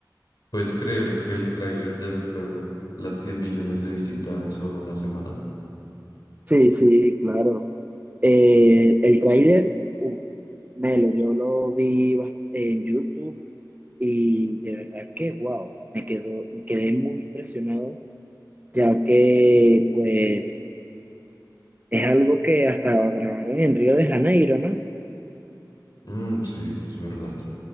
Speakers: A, on the left (about 60°); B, on the right (about 20°).
A: ¿Puedes creer que el tráiler ya superó las 100 millones de visitas en solo una semana?
B: Sí, sí, claro. Eh, el tráiler, uff, Melo, yo lo vi bas- en YouTube y de verdad que wow, me quedó, me quedé muy impresionado ya que pues es algo que hasta grabaron en Río de Janeiro, ¿no?
A: Mm, sí, es verdad.